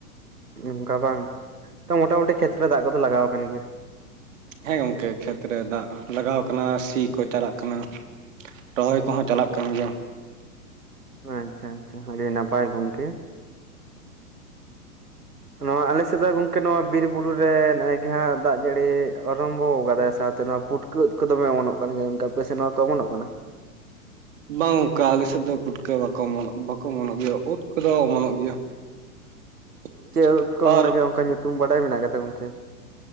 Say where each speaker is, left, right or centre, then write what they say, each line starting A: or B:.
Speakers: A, on the right; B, on the right.
A: ᱚᱱᱠᱟ ᱵᱟᱝ ᱛᱚ ᱢᱚᱴᱟ ᱢᱩᱴᱤ ᱠᱷᱮᱛ ᱠᱚᱨᱮ ᱫᱟᱜ ᱠᱚᱫᱚ ᱞᱟᱜᱟᱣ ᱠᱟᱱ ᱜᱮᱭᱟ?
B: ᱦᱮᱸ ᱜᱚᱝᱠᱮ ᱠᱷᱮᱛ ᱨᱮ ᱫᱟᱜ ᱞᱟᱜᱟᱣ ᱠᱟᱱᱟ ᱥᱤ ᱠᱚ ᱪᱟᱞᱟᱜ ᱠᱟᱱᱟ᱾ ᱨᱚᱦᱚᱭ ᱠᱚᱦᱚᱸ ᱪᱟᱞᱟᱜ ᱠᱟᱱ ᱜᱮᱭᱟ ᱾
A: ᱟᱸᱪᱪᱷᱟ ᱟᱸᱪᱪᱷᱟ ᱟᱹᱰᱤ ᱱᱟᱯᱟᱭ ᱜᱚᱝᱠᱮ᱾
B: <unintelligible>
A: ᱱᱚᱣᱟ ᱟᱞᱮᱥᱮᱫ ᱫᱚ ᱜᱚᱝᱠᱮ ᱱᱚᱣᱟ ᱵᱤᱨ ᱵᱩᱨᱩ ᱨᱮ ᱱᱮᱜ ᱮ ᱜᱮ ᱦᱟᱸᱜ ᱫᱟᱜ ᱡᱟᱹᱲᱤ ᱟᱨᱚᱢᱵᱚ ᱟᱠᱟᱫᱟᱭ ᱥᱟᱶᱛᱮ ᱱᱚᱣᱟ ᱯᱩᱴ ᱠᱟᱹᱫ ᱠᱚ ᱫᱚᱢᱮ ᱚᱢᱚᱱᱚᱜ ᱠᱟᱱ ᱜᱮᱭᱟ ᱚᱱᱠᱟ ᱟᱯᱮᱥᱮ ᱱᱚᱣᱟ ᱠᱚ ᱚᱢᱚᱱᱚᱜ ᱠᱟᱱᱟ?
B: ᱵᱟᱝ ᱚᱱᱠᱟ ᱟᱞᱮᱥᱮᱫ ᱫᱚ ᱯᱩᱴᱠᱟᱹ ᱵᱟᱠᱚ ᱵᱟᱠᱚ ᱚᱢᱚᱱᱚᱜ ᱜᱮᱭᱟ ᱳᱫ ᱠᱚᱫᱚ ᱚᱢᱚᱱᱚᱜ ᱜᱮᱭᱟ᱾ <unintelligible>
A: ᱪᱮᱫ ᱳᱫ ᱠᱚ ᱚᱢᱚᱱᱚ
B: ᱟᱨ
A: ᱜᱮᱭᱟ ᱚᱱᱠᱟ ᱧᱩᱛᱩᱢ ᱵᱟᱰᱟᱭ ᱢᱮᱱᱟᱜ ᱠᱟᱫᱟ ᱜᱚᱝᱠᱮ?